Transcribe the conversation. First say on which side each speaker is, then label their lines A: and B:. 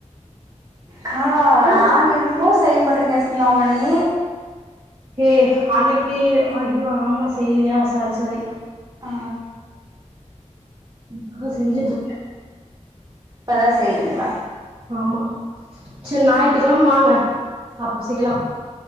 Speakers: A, on the right (about 30°); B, on the right (about 45°).
A: கா
B: ஆ
A: நாங்க இருக்குமோது செய்ய மாட்றீங்க சிந்தாமணி
B: ஏ அன்னிக்கி ஐயோ ஆமா செய்லியா சாரி சாரி
A: ஆ
B: இப்பதா செஞ்சுட்டு இருக்கே
A: இப்பதா செய்றீங்ளா
B: ஆமா சேர் ஞாயித்துக்கெழம வாங்க அப்ப செய்லா